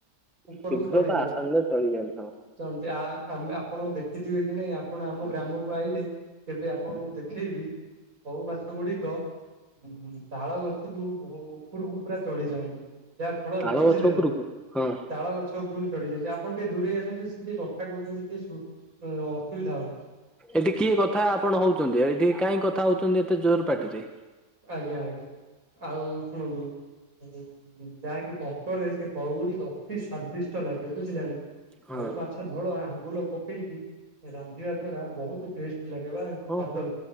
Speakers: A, on the right; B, in the centre.
A: ଉପରକୁ
B: ଶୀଘ୍ର
A: ଚଢି
B: ପା
A: ଯାଆନ୍ତି।
B: ଆସାମରେ ଚଳିଯାଆନ୍ତି ହଁ।
A: ଚନ୍ତି ଆ ଆମେ ଆପଣ ଦେଖିଥିବେ କି ନାଇଁ ଆପଣ ଆମ ଗ୍ରାମକୁ ଆଇଲେ କେବେ ଆପଣଙ୍କୁ ଦେଖେଇବି କଉ ମାଛ ଗୁଡିକ ଉଁ ତାଳ ଗଛକୁ ବହୁ ଉପରକୁ ପୁରା ଚଢି ଯାଆନ୍ତି ଯାହା ଫଳରେ
B: ତାଳ
A: ବୁଝିଲେ
B: ଗଛ ଉପରକୁ
A: ନା?
B: ହଁ।
A: ତାଳ ଗଛ ଉପରକୁ ଚଢି ଯାଆନ୍ତି, ଆପଣ ଟିକେ ଦୂରେଇ ଆସନ୍ତୁ ସିଏ କଥା କହୁଚନ୍ତି କିଏ ଶୁ ଉ ଅସୁବିଧା ହଉଚି।
B: ଏଠି କିଏ କଥା ଆପଣ ହଉଚନ୍ତି ଏଠି କାଇଁ କଥା ହଉଚନ୍ତି ଏତେ ଜୋର୍ ପାଟିରେ।
A: ଆଜ୍ଞା-ଆଜ୍ଞା ଆଉ ଶୁଣନ୍ତୁ, ଉଁ-ଉଁ-ଉଁ ଯାହାକି ପଙ୍କରେ ସେ କଉ ଗୁଡିକ ଅତି ସ୍ଵାଦିଷ୍ଟ ଲାଗେ ବୁଝିଲେ ନା
B: ହଁ।
A: କଉ ମାଛ ଝୋଳ ଆମ୍ବୁଲ ପକେଇକି ରାନ୍ଧିବା ଦ୍ଵାରା ବହୁତ ଟେଷ୍ଟ୍ ଲାଗେ ବା। ସ୍ଵାଦ
B: ହଁ-ହଁ,